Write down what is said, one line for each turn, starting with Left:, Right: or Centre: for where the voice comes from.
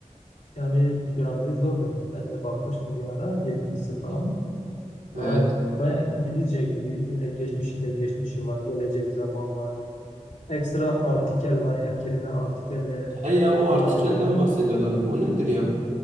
Left: Yani grameri zordu. Ben de bakmıştım bir ara dil bilgisi falan. Baya
Right: Evet.
Left: baya İngilizce gibi öyle geçmişinde geçmişi var, gelecek zaman var. Ekstra artikel var. Her kelime artikelle
Right: He ya o
Left: kullanılıyor.
Right: artikelden bahsediyorlar. O nedir ya?